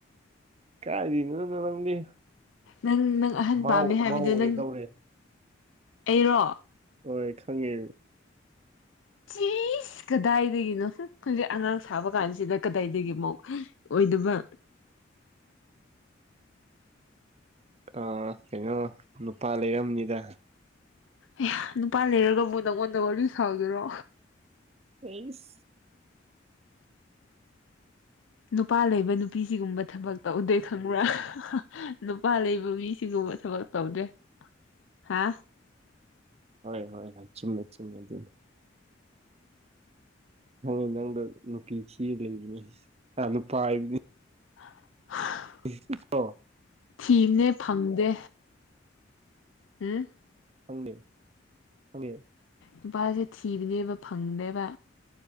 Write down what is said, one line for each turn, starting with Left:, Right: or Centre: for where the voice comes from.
Right: ꯀꯔꯤꯅꯔꯪꯗꯤ
Left: ꯅꯪ ꯅꯪ ꯑꯍꯟ
Right: ꯃꯥ
Left: ꯄꯥꯝꯃꯦ ꯍꯥꯏꯕꯗꯨ
Right: ꯃꯥꯎ ꯑꯣꯏꯗꯧꯔꯦ
Left: ꯅꯪ ꯑꯩꯔꯣ
Right: ꯍꯣꯏ ꯈꯪꯉꯦ
Left: ꯆꯁꯀꯗꯥꯏꯗꯅꯣꯁ ꯍꯧꯖꯤꯛ ꯑꯉꯥꯡ ꯁꯥꯕ ꯀꯥꯟꯁꯤꯗ ꯀꯗꯥꯏꯗꯒꯤ ꯃꯨꯛ ꯑꯣꯏꯗꯕ
Right: ꯑ ꯀꯩꯅꯣ ꯅꯨꯄꯥ ꯂꯩꯔꯝꯅꯤꯗ
Left: ꯑꯦ ꯅꯨꯄꯥ ꯂꯩꯔꯒꯕꯨ ꯅꯪꯉꯣꯟꯗ ꯋꯥꯔꯤ ꯁꯥꯒꯦꯔꯣ
Right: ꯇꯩꯁ
Left: ꯅꯨꯄꯥ ꯂꯩꯕ ꯅꯨꯄꯤ ꯁꯤꯒꯨꯝꯕ ꯊꯕꯛꯇ ꯎꯗꯩ ꯈꯪꯕ꯭ꯔꯥ ꯅꯨꯄꯥ ꯂꯩꯕ ꯃꯤꯁꯤꯡꯒꯨꯝꯕ ꯊꯕꯛ ꯇꯧꯗꯦ ꯍꯥ
Right: ꯍꯣꯏ ꯍꯣꯏ ꯍꯣꯏ ꯆꯨꯝꯃꯦ ꯆꯨꯝꯃꯦ ꯑꯗꯨ ꯈꯪꯉꯤ ꯅꯪꯗ ꯅꯨꯄꯤ ꯀꯤ ꯂꯩꯕꯅꯤ ꯅꯨꯄꯥ ꯍꯥꯏꯕ
Left: <unintelligible>
Right: ꯍ
Left: ꯊꯤꯕꯅꯦ ꯐꯪꯗꯦ ꯎꯝ
Right: ꯐꯪꯅꯤ ꯐꯪꯉꯦ
Left: ꯅꯨꯄꯥꯁꯦ ꯊꯤꯕꯅꯦꯕ ꯐꯪꯗꯦꯕ